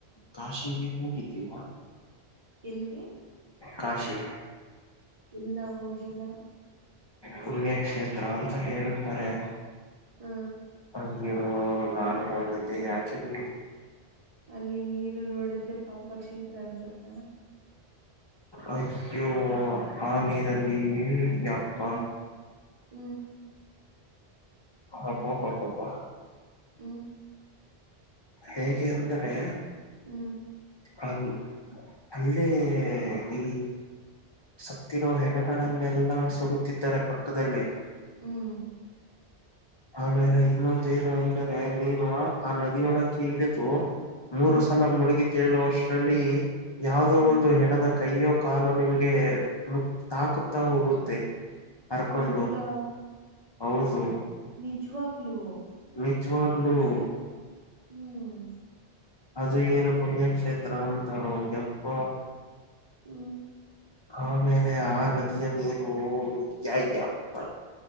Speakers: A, on the left; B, on the right.
A: ಕಾಶಿಗೆ ಹೋಗಿದ್ದಿರಾ.
B: ಎಲ್ಲ್ಗೆ
A: ಕಾಶಿ
B: ಇಲ್ಲ ಹೋಗಿಲ್ಲ
A: ಪುಣ್ಯಕ್ಷೇತ್ರ ಅಂತ ಹೇಳುತ್ತಾರೆ.
B: ಹ್ಮ
A: ಅಯ್ಯೋ ನಾನು ಹೋಗಿದ್ದೆ ಯಾಕೆ ಬಿಡಿ.
B: ಅಲ್ಲಿ ನೀರು ನೋಡದ್ರೆ ಪಾಪಕ್ಷೇತ್ರ ಅನ್ಸುತ್ತ
A: ಅಯ್ಯೋ ಆಗ ನೀರಲ್ಲಿ ಯಾಪ್ಪ
B: ಹ್ಮ್ ಹ್ಮ್
A: ಅಬ್ಬಬಬ್ಬ
B: ಹ್ಮ್
A: ಹೇಗೆ ಅಂದಾರೆ
B: ಹ್ಮ್
A: ಅ ಅಲ್ಲೇ ಈ ಸತ್ತಿರೋ ಹೆಣಗಳನ್ನೆಲ್ಲ ಸುಡುತ್ತಿದ್ದರ ಪಕ್ಕದಲ್ಲೇ
B: ಹ್ಮ್
A: ಆಮೇಲೆ ಇನ್ನೊಂದು ಏನು ಅಂದರೆ ನೀನು ಆ ನದಿಯೊಳಕ್ಕೆ ಇಳಿದು
B: ಹ್ಮ್
A: ಮೂರು ಸಲ ಮುಳುಗಿ ತೇಳುವಷ್ಟರಲ್ಲಿ ಯಾವುದೋ
B: ಹ್ಮ್
A: ಒಂದು ಹೆಣದ ಕೈಯೋ ಕಾಲೋ ನಿಮಗೆ ತಾಕುತ್ತಾ ಹೋಗುತ್ತೆ. ಅರ್ಕೊಂಡು
B: ಹೌದಾ
A: ಹೌದು
B: ನಿಜವಾಗ್ಲೂ
A: ನಿಚ್ಚವಾಗ್ಲುೂ
B: ಹ್ಮ್
A: ಅದು ಏನು ಪುಣ್ಯಕ್ಷೇತ್ರ ಅಂತಾರ ಯಪ್ಪ
B: ಹ್ಮ್
A: ಹಾ ಮ ಆ ನದಿಯ ಮರು ಯಪ್ಪ